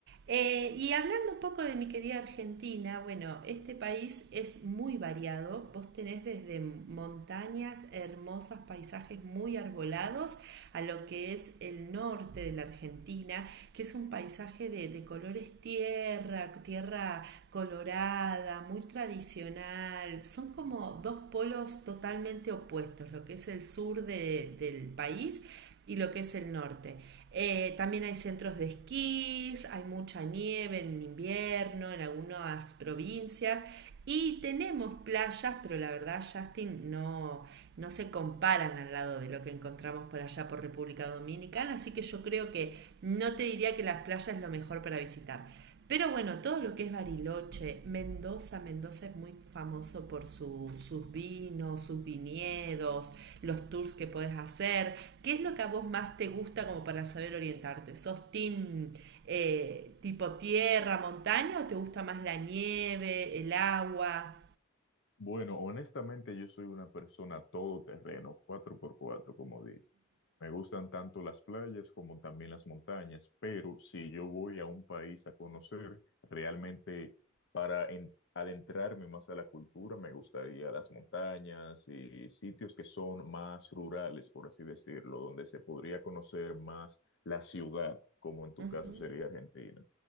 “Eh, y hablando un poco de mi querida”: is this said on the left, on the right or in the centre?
Right